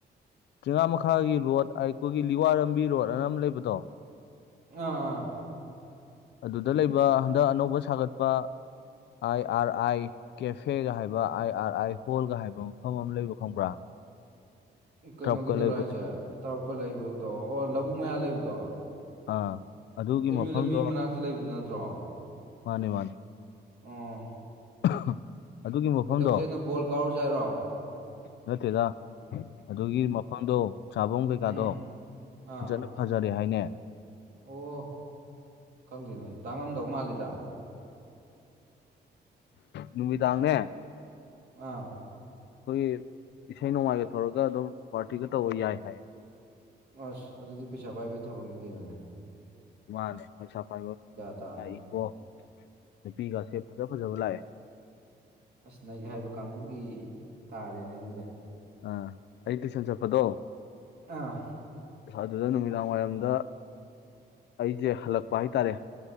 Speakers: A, on the left; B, on the right.
A: ꯆꯉꯥ ꯃꯈꯥꯒꯤ ꯔꯣꯠ ꯑꯩꯈꯣꯏꯒꯤ ꯂꯤꯋꯥꯔ ꯂꯝꯕꯤ ꯔꯣꯠ ꯑꯅ ꯑꯃ ꯂꯩꯕꯗꯣ
B: ꯑꯥ
A: ꯑꯗꯨꯗ ꯂꯩꯕ ꯍꯟꯗꯛ ꯑꯅꯧꯕ ꯁꯥꯒꯠꯄ ꯑꯥꯏ ꯑꯥꯔ ꯑꯥꯏ ꯀꯦꯐꯦꯒ ꯍꯥꯏꯕ ꯑꯥꯏ ꯑꯥꯔ ꯑꯥꯏ ꯍꯣꯜꯒ ꯍꯥꯏꯕ ꯃꯐꯝ ꯑꯃ ꯂꯩꯕ ꯈꯪꯕ꯭ꯔꯥ
B: ꯀꯩꯅꯣꯒꯤꯗꯨꯔ
A: ꯇ꯭ꯔꯞꯀ ꯂꯩꯕꯁꯦ
B: ꯍꯥꯏꯁꯦ ꯇꯔꯨꯛꯀ ꯂꯩꯕꯗꯣ ꯑꯣ ꯂꯧꯕꯛ ꯃꯌꯥ ꯂꯩꯕꯗꯣ
A: ꯑꯥ ꯑꯗꯨꯒꯤ
B: ꯑꯦꯝ
A: ꯃꯐꯝꯗꯣ
B: ꯌꯌꯨ ꯂꯝꯕꯤ ꯃꯅꯥꯛꯇ ꯂꯩꯕꯗꯨ ꯅꯠꯇ꯭ꯔꯣ
A: ꯃꯥꯅꯦ ꯃꯥꯅꯦ
B: ꯑ
A: <inaudible> ꯃꯐꯝꯗꯣ
B: ꯀꯩꯗꯧꯖꯦꯅꯣ ꯕꯣꯜ ꯀꯥꯎꯔꯨꯖꯔꯣ
A: ꯅꯗꯥ ꯑꯗꯨꯒꯤ ꯃꯐꯝꯗꯣ ꯆꯥꯐꯝ ꯀꯩꯀꯥꯗꯣ
B: ꯎꯝ ꯑꯥ
A: ꯐꯖꯅ ꯐꯖꯔꯦ ꯍꯥꯏꯅꯦ
B: ꯑꯣ ꯈꯪꯗꯦꯅꯦ ꯇꯥꯡꯉꯝꯗꯧ ꯀꯥꯜꯂꯗ
A: ꯅꯨꯃꯤꯗꯥꯥꯡꯥꯡꯅꯦꯦ
B: ꯑꯥ
A: ꯑꯩꯈꯣꯏꯒꯤ ꯏꯁꯩ ꯅꯣꯡꯃꯥꯏꯒ ꯇꯧꯔꯒ ꯑꯗꯨꯝ ꯄꯥꯔꯇꯤꯒ ꯇꯧꯕ ꯌꯥꯏ ꯍꯥꯏꯌꯦ
B: ꯑꯁ ꯑꯗꯨꯗꯤ ꯄꯩꯁꯥ ꯄꯥꯏꯕꯩ ꯊꯕꯛꯅꯤꯒꯤꯔꯅꯦ
A: ꯏꯥꯟ ꯄꯩꯁ ꯄꯥꯏꯕ
B: ꯇꯥꯕꯅꯤꯅꯦ
A: ꯏꯕꯣ ꯅꯨꯄꯤꯒꯁꯦ ꯐꯖ ꯐꯖꯕ ꯂꯥꯛꯑꯦ
B: ꯑꯁ ꯅꯪꯒꯦ ꯍꯥꯏꯕ ꯀꯥꯡꯕꯨꯒꯤ ꯇꯥꯔꯦꯅꯦ ꯑꯗꯨꯗ
A: ꯑ ꯑꯩ ꯇꯨꯏꯁꯟ ꯆꯠꯄꯗꯣ
B: ꯑꯥ
A: ꯑ ꯑꯗꯨꯗ ꯅꯨꯃꯤꯗꯥꯡ ꯋꯥꯏꯔꯝꯗ ꯑꯩꯁꯦ ꯍꯜꯂꯛꯄ ꯍꯥꯏꯇꯥꯔꯦ